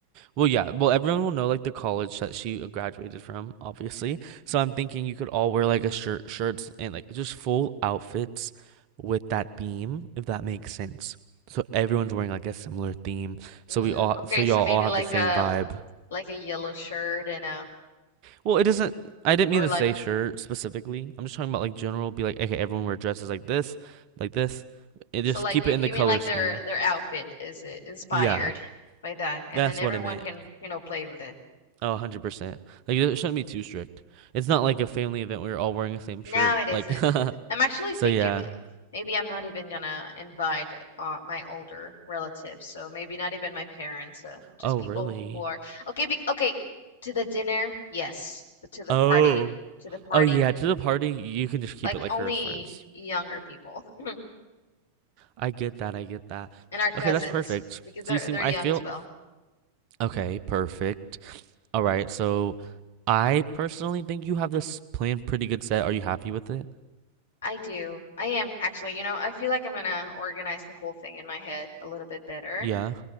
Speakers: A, on the right; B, on the left.
A: Well, yeah. Well, everyone will know like the college that she uh, graduated from, obviously. So I'm thinking you could all wear like a shirt, shirts, and like just full outfits with that theme, if that makes sense. So everyone's wearing like a similar theme. So
B: Mm,
A: we all,
B: okay,
A: so y'all
B: so maybe
A: all have
B: like
A: the same
B: a
A: vibe.
B: like a yellow shirt and a
A: Well, it doesn't. I didn't
B: or
A: mean to
B: like
A: say shirt specifically. I'm just talking about like general. Be like, okay, everyone wear dresses like this, like this. And
B: so
A: just
B: like
A: keep
B: you
A: it in
B: you
A: the color
B: mean like
A: scheme.
B: their their outfit is i- inspired
A: Yeah,
B: by that, and
A: that's
B: then everyone
A: what I meant.
B: can you know play with it.
A: Oh, 100%. Like it shouldn't be too strict. It's not like a family event where you're all wearing the same shirt.
B: No, it isn't.
A: Like <laughs>
B: I'm actually
A: so
B: thinking
A: yeah.
B: maybe I'm not even gonna invite uh, my older relatives, so maybe not even my parents, uh, just
A: Oh,
B: people
A: really?
B: who are okay. Be, okay, to the dinner, yes, but to the
A: Oh.
B: party, to the party.
A: Oh yeah, to the party, you can just keep
B: Like
A: it like
B: only
A: her friends.
B: younger people <laughs>
A: I get that. I get that.
B: and our cousins
A: Okay, that's perfect.
B: because they're
A: So you seem
B: they're
A: I
B: young
A: feel
B: as well.
A: okay, perfect. All right. So I personally think you have this plan pretty good set. Are you happy with it?
B: I do. I am actually, you know, I feel like I'm gonna organize the whole thing in my head a little bit better.
A: Yeah.